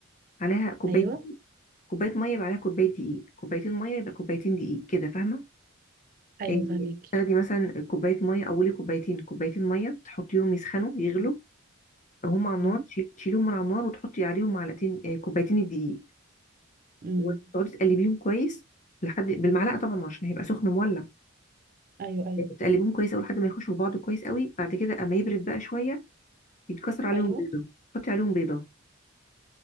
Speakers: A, on the left (about 35°); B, on the right (about 40°).
A: عليها كوبايه
B: ايوه
A: كوبايه ميه يبقى عليها كوبايه دقيق كوبايتين ميه يبقى كوبايتين دقيق كده فاهمه
B: ايوه
A: آه،
B: فهميكي
A: تاخدي مثلا كوبايه ميه اولي كوبايتين كوبايتين ميه تحطيهم يسخنوا يغلوا
B: أمم.
A: هم على النار
B: امم
A: تشيل- تشيليهم من على النار وتحطي عليهم معلقتين آه، كوبايتين الدقيق
B: امم
A: وتقعدي تقلبيهم كويس لحد بالمعلقه طبعا عشان هيبقى سخن مولع
B: ايوه ايوه
A: تقلبيهم كويس قوي لحد ما يخشوا في بعض كويس قوي بعد كده اما يبرد بقى شويه يتكسر عليهم
B: ايوه
A: بيضه تحطي عليهم بيضه